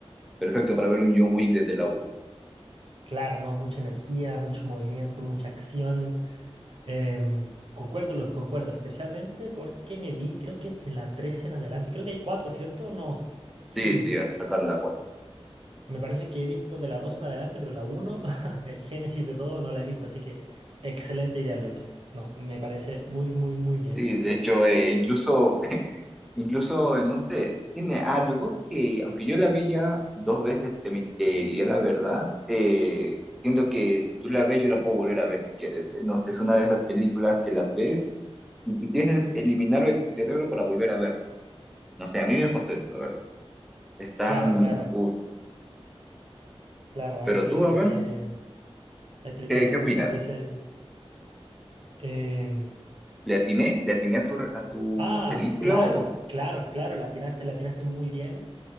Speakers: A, in the centre; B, on the right (about 55°).
A: perfecto para ver un John Wick desde la una
B: Claro, ¿no? Mucha energía, mucho movimiento, mucha acción. Em, concuerdo, Luz, concuerdo, especialmente porque me vi, creo que de la tres en adelante, creo que hay cuatro, ¿cierto? No, sí.
A: Sí, sí, a sacar la cuarta.
B: Me parece que he visto de la 2 en adelante, pero la uno <laughs> el génesis de todo, no la he visto. Así que excelente idea, Luis. No, me parece muy, muy, muy bien.
A: Sí, de hecho, eh, incluso, <laughs> incluso, eh, no sé, tiene algo que, aunque yo la vi ya dos veces, te mentiría la verdad. Eh, siento que si tú la ves, yo la puedo volver a ver si quieres. eh. No sé, es una de esas películas que las ves y quisieras eliminarlo de tu cerebro para volver a verlo. No sé, a mí me pasó eso, la verdad. Están,
B: Claro, claro,
A: uf.
B: claro. Hay
A: Pero
B: películas
A: tú, a ver,
B: que, hay películas
A: ¿qué,
B: que
A: qué
B: muchas
A: opinas?
B: veces... em,
A: ¿Le atiné, le atiné a tu, a tu
B: Ah,
A: película
B: claro,
A: o...?
B: claro, claro. La tiraste, la tiraste muy bien.